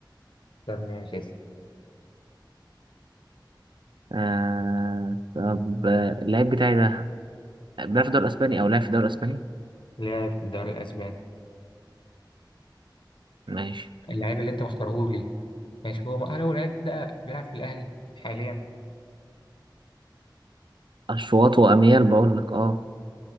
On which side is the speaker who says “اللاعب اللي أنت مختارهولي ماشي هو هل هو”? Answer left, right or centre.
Left